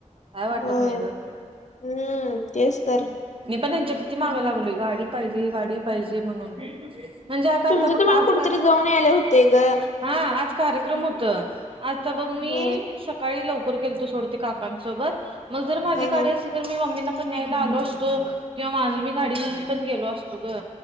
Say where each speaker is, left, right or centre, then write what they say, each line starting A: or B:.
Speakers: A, on the right (about 45°); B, on the left (about 65°).
A: काय वाटत
B: होय
A: नाही ग
B: हम्म तेच तर
A: <inaudible> मी पण त्यांच्या किती माग लागलोय गाडी, पाहिजे गाडी पाहिजे म्हणून. म्हणजे आता
B: तुमचं
A: आता बघ
B: तुम्हाला
A: काच
B: कुठेतरी
A: <unintelligible>
B: जाऊन यायला होतंय ग.
A: हा.. आज कार्यक्रम हुतं आता बघ मी
B: होय.
A: सकाळी लवकर गेलतो थोड. काकांसोबत मग जर माझी
B: हा
A: गाडी
B: हा
A: असती तर मी मम्मींना पण न्यायला आलो असतो. किंवा माझं मी गाडी घेऊन पण गेलो असतो ग.